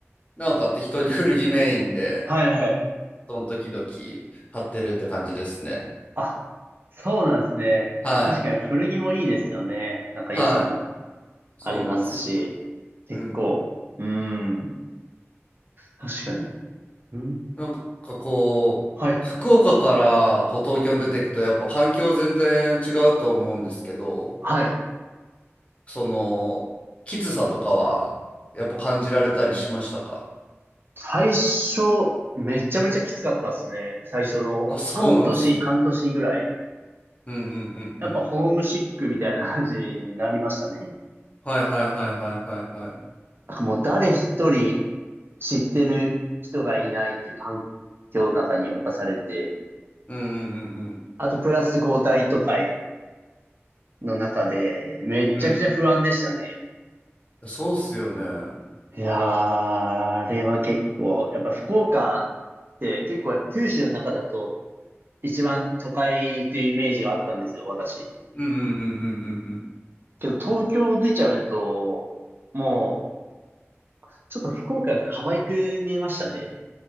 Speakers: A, on the left; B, on the right.
A: なんか適当に古着メインで
B: あー、はいはい。
A: その時々買ってるって感じですね
B: あ、そうなんですね。
A: はい
B: 確かに古着もいいですよね。なんか良さも
A: はいそうなんですよ
B: ありますし、結構。
A: うん
B: うーん、確かに。うん、
A: なんかこう福岡からこう東京に出ていくとやっぱ環境全然違うと思うんですけど
B: はい、はい。
A: その、きつさとかは、やっぱ感じられたりしましたか
B: 最初、めちゃめちゃきつかったっすね。最初の半年、
A: あ、そうなんすね。
B: 半年ぐらい。
A: うんうんうんうん。
B: やっぱホームシックみたいな感じになりましたね。
A: はいはいはいはいはいはい。
B: なんかもう誰一人知ってる人がいないっていう環境の中に侵されて、
A: うんうんうん
B: あとプラスこう大都会の中でめっちゃくちゃ不安でしたね。
A: うん。うん。そうっすよね。うん
B: いやー、あれは結構、やっぱ福岡って結構やっぱ九州の中だと一番都会っていうイメージがあったんですよ、私。
A: うんうんうんうんうん。
B: けど東京出ちゃうと、もうちょっと福岡が可愛く見えましたね。